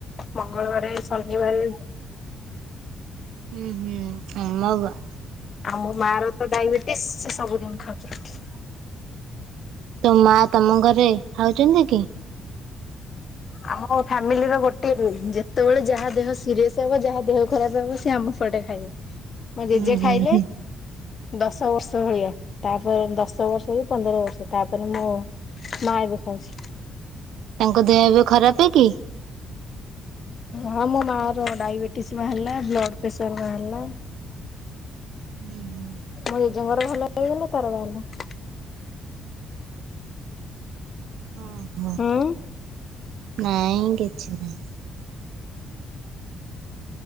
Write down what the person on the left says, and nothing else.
ମଙ୍ଗଳବାରେ, ଶନିବାରେ
ଆଉ ମା ର ତ ଡାଇବେଟିସ ସେ ସବୁଦିନ ଖାଉଚି ରୁଟି।
ଆମ ଫାମିଲିର ଗୋଟିଏ ରୁଲ୍ ଯେତେବେଳେ ଯାହା ଦେହ ସିରିଅସ ହବ ଯାହା ଦେହ ଖରାପ ହବ ସେି ଆମ ପଟେ ଖାଇବ। ମୋ ଜେଜେ
ଖାଇଲେ?
ଦଶ ବର୍ଷ ଭଳିଆ ତା ପରେ ଦଶ ବର୍ଷ କି ପନ୍ଦର ବର୍ଷ ତା ପରେ ମୋ ମା ଏବେ ଖାଉଚି।
ହଁ ମୋ ମା ର ଡାଇବେଟିସ ବାହାରିଲା ବ୍ଲଡ୍ ପ୍ରେସର ବାହାରିଲା।
ମୋ ଜେଜେଙ୍କର ଭଲ ହେଇଗଲା ତାର ବାହାରିଲା।
ହୁଁ।